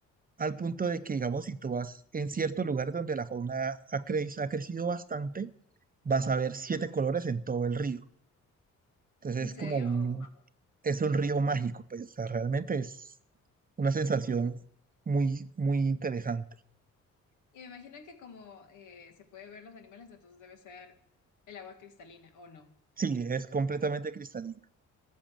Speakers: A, on the right; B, on the left.
A: al punto de que, digamos, si tú vas en cierto lugar donde la fauna ha, cre- ha crecido bastante, vas a ver siete colores en todo el río. Entonces
B: ¿En
A: es
B: serio?
A: como un,
B: Oh.
A: es un río mágico, pues o sea, realmente es una sensación muy, muy interesante.
B: Y me imagino que como eh, se puede ver los animales, entonces debe ser el agua cristalina, ¿o no?
A: Sí, es completamente cristalino.